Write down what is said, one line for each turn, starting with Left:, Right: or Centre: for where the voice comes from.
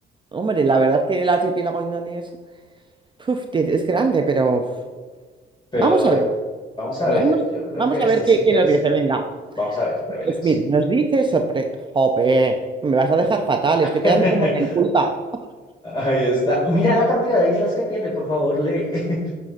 Right: Hombre, la verdad que el archipiélago indonesio puf, te- es grande, pero uf,
Left: Pero
Right: vamos a ver.
Left: vamos a
Right: Vamos,
Left: ver. Yo creo
Right: vamos
Left: que
Right: a
Left: esto
Right: ver qué,
Left: sí
Right: qué
Left: ya
Right: nos
Left: es.
Right: dice. Venga.
Left: Vamos a ver, revelemos.
Right: Pues mira, nos dice sorpresa. Jope, me vas a dejar fatal.
Left: <laughs>
Right: Estoy quedando como en culpa.
Left: Ahí está. Mira la cantidad de islas que tiene, por favor, lee. <laughs>